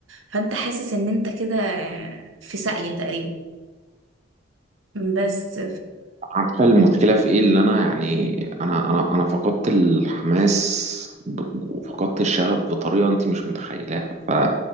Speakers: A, on the right (about 80°); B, on the right (about 35°).
A: فأنت حاسس إن أنت كده آه، في ساقية تقريبا بس
B: عارفة المشكلة في ايه اللي انا يعني انا انا انا فقدت الحماس ب- وفقدت الشغف بطريقة انت مش متخيلاها ف